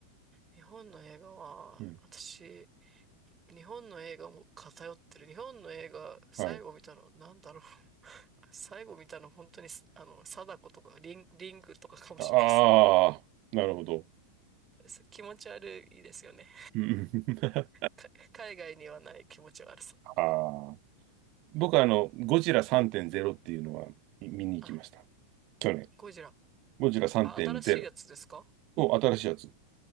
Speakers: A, on the right; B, on the right.
A: 日本の映画は、
B: うん。
A: 私、日本の映画も偏ってる。日本の映画、最後見たの、
B: はい。
A: なんだろう。最後見たの、本当に、あの、貞子とか、リン、リングとかかもしれないです。
B: ああ、なるほど。
A: <laughs> そう気持ち悪いですよね。
B: うんうんあ
A: か海外にはない気持ち悪さ。
B: <laughs> あー、僕はあの、ゴジラ3.0っていうのは見に行きました。
A: あ、
B: 去年。
A: ゴジラ。
B: ゴジラ3.0
A: あ、新しいやつですか
B: を新しいやつ。